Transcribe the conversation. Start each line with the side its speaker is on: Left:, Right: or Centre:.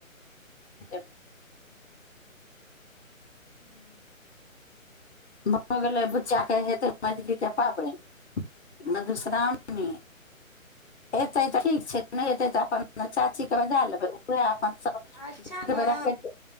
Left: <unintelligible>
Centre: हँ
Left: भऽ गेलै बुचीया के हेतै मझली के पाबनि मधुश्रावणी
Centre: अच्छा
Left: एतै तऽ ठीक छै नहि एतै तऽ अपन चाची के बजा लेबै उएह अपन सब
Centre: अच्छा न
Left: बेरा कटि